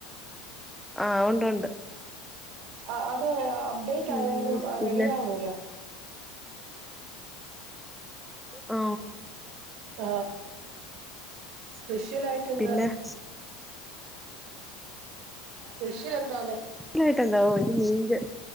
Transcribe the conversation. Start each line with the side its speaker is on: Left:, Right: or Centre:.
Centre: ആ ഉണ്ട് ഉണ്ട്
Right: ആ അത് അപ്ഡേറ്റ്
Centre: ഉം
Right: ആയാലും
Centre: പിന്നെ
Right: റെഡി ആകൂലാ
Centre: ആ
Right: ആ സ്പെഷ്യലായിട്ട് എന്താ
Centre: പിന്നെ ആ
Right: സ്പെഷ്യൽ എന്താന്ന്
Centre: ലായിട്ടെന്താ ഇന്ന് മീൻകറി